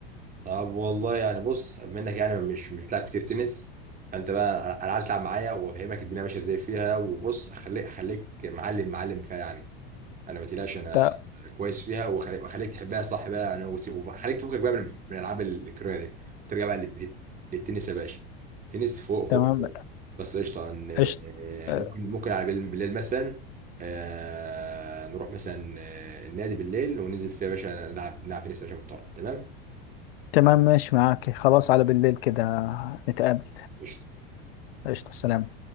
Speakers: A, on the right (about 30°); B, on the left (about 80°).
A: طب والله يعني بص منك يعني مش مش بتلعب كتير تنس فانت بقى انا أنا عايز تلعب معايا وافهمك الدنيا ماشيه ازاي فيها وبص اخليك اخليك معلم معلم فيها يعني انا ما تقلقش انا
B: ت-
A: كويس فيها وأخلي- واخليك تحبها صح بقى يعني وس- وخليك تفكك بقى من من الالعاب الالكترونيه دي وترجع بقى لل- للتنس يا باشا تنس فوق فوق
B: تمام
A: فوق بس قشطه إن-
B: قشطة
A: آه،
B: أه،
A: ممكن ممكن على بالليل بالليل مثلا آه، نروح مثلا آه، النادي بالليل وننزل فيها يا باشا نلعب نلعب تنس يا باشا محترم تمام
B: تمام ماشي معاك خلاص على بالليل كده نتقابل
A: قشطه
B: قشطة سلام